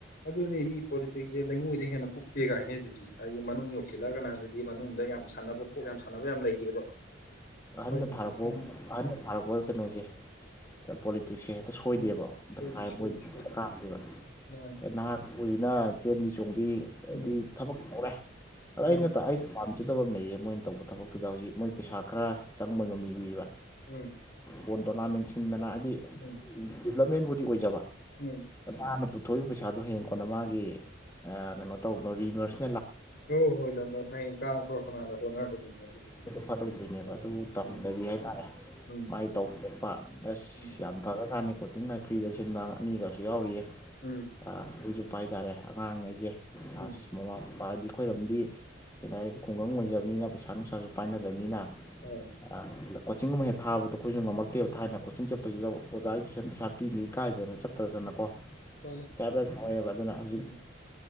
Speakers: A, on the left; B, on the left.
A: ꯑꯗꯨꯅꯤ ꯃꯤ ꯄꯣꯂꯤꯇꯤꯛꯁꯁꯦ ꯂꯩꯉꯣꯏꯗ ꯍꯦꯟꯅ ꯀꯨꯞꯄꯦ ꯒꯥꯏꯅ ꯍꯥꯏꯅꯩꯗꯨꯗꯤ ꯍꯥꯏꯗꯤ ꯃꯅꯨꯡ ꯌꯧꯁꯤꯜꯂꯑ ꯀꯟꯗꯗꯤ ꯑꯗꯨ ꯃꯅꯨꯡꯗ ꯌꯥꯝ ꯁꯥꯟꯅꯕ ꯀꯣꯛ ꯌꯥꯝ ꯁꯥꯟꯅꯕ ꯌꯥꯝ ꯂꯩꯔꯤꯑꯕ ꯑꯩꯈꯣꯏꯅꯗꯤ
B: ꯑꯍꯟꯅꯗ ꯊꯥꯔꯛꯄ
A: ꯈꯪꯗꯕ
B: ꯑꯍꯟꯅꯗ ꯊꯥꯔꯛꯄ ꯀꯩꯅꯣꯁꯦ ꯄꯣꯂꯤꯇꯤꯛꯁꯁꯦ ꯍꯦꯛꯇ ꯁꯣꯏꯗꯦꯕ
A: ꯎꯝ
B: ꯗꯥꯏ
A: ꯁꯣꯏꯗꯤ ꯁꯣꯏꯗꯤ
B: ꯃꯣꯏꯗꯤ
A: ꯁꯣꯏ
B: ꯀꯥꯗꯦꯕ
A: ꯃꯥꯅꯤ
B: <unintelligible> ꯆꯦꯟꯕꯤ ꯆꯣꯡꯕꯤ ꯑꯗꯨꯗꯤ
A: ꯎꯝ
B: ꯊꯕꯛ ꯇꯧꯔꯦ ꯑꯗ
A: ꯍꯣꯏꯅꯦ
B: ꯑꯩꯅ ꯑꯩꯩꯅ ꯄꯥꯝꯖꯗꯕ ꯑꯃ ꯂꯩꯌꯦ ꯃꯣꯏꯅ ꯇꯧꯕ ꯊꯕꯛꯇꯨꯗ ꯍꯧꯖꯤꯛ ꯃꯣꯏ ꯄꯩꯁꯥ ꯈꯔ ꯆꯪꯕ ꯉꯃꯤ ꯎꯏꯌꯦꯕ
A: ꯎꯝ
B: ꯕꯣꯜ ꯇꯣꯔꯅꯥꯃꯦꯟ ꯁꯤꯟꯗꯅ ꯍꯥꯏꯗꯤ
A: ꯎꯝ
B: ꯗꯤꯕꯂꯞꯃꯦꯟꯕꯨꯗꯤ ꯑꯣꯏꯖꯕ
A: ꯎꯝ
B: <unintelligible> ꯄꯨꯊꯣꯛꯏꯕ ꯄꯩꯁꯥꯗꯣ ꯍꯦꯟ ꯀꯣꯟꯅ ꯃꯥꯒꯤ ꯀꯩꯅꯣ ꯇꯧꯕ ꯔꯤꯚꯔꯁ
A: <unintelligible>
B: ꯐꯗꯣꯏꯅꯦꯕ
A: ꯇꯧꯔꯤꯁꯦ
B: ꯑꯗꯨ ꯇꯧꯍꯟꯗꯕꯤ
A: ꯎꯝ
B: ꯍꯥꯏꯇꯥꯔꯦ
A: ꯎꯝ
B: ꯃꯥꯏꯅ ꯇꯧꯄ ꯑꯁ
A: ꯎꯝ
B: ꯌꯥꯝ ꯐꯒꯔ ꯃꯁꯥꯅꯥ ꯀꯣꯆꯤꯡ ꯒꯥ ꯐ꯭ꯔꯤꯗ ꯁꯤꯟꯕ ꯑꯅꯤꯒꯁꯨ ꯌꯥꯎꯔꯤꯌꯦ
A: ꯎꯝ
B: ꯑꯩꯁꯨ ꯍꯥꯏꯇꯥꯔꯦ ꯑꯉꯥꯡꯉꯩꯁꯦ
A: ꯎꯝ
B: ꯑꯥꯁ
A: ꯎꯝ
B: ꯃꯣꯂꯞ ꯄꯥꯗꯤ ꯑꯩꯈꯣꯏꯔꯝꯗꯤ ꯁ ꯍꯥꯏꯔꯗꯤ ꯈꯨꯡꯒꯪ ꯑꯣꯏꯖꯕꯅꯤꯅ ꯄꯩꯁꯥ ꯅꯨꯡꯁꯥꯁꯨ ꯄꯥꯏꯅꯗꯕꯅꯤꯅ
A: ꯍꯣꯏ
B: <unintelligible> ꯀꯣꯆꯤꯡꯍꯨꯝꯕ ꯍꯦꯛ ꯊꯥꯕꯗꯣ ꯑꯩꯈꯣꯏꯁꯨ ꯉꯝꯃꯛꯇꯦꯕ ꯊꯥꯏꯅ ꯀꯣꯆꯤꯡ ꯆꯠꯄꯁꯤꯗ ꯑꯣꯖꯥꯢ ꯇꯨꯏꯁꯟ ꯄꯩꯁꯥ ꯄꯤꯗ ꯏꯀꯥꯏꯗꯅ ꯆꯠꯇꯗꯅꯀꯣ
A: ꯃꯥꯅꯦ
B: ꯀꯕ꯭ꯂ ꯍꯥꯌꯦꯕ ꯑꯗꯨꯅ ꯍꯧꯖꯤꯛ
A: ꯎꯝ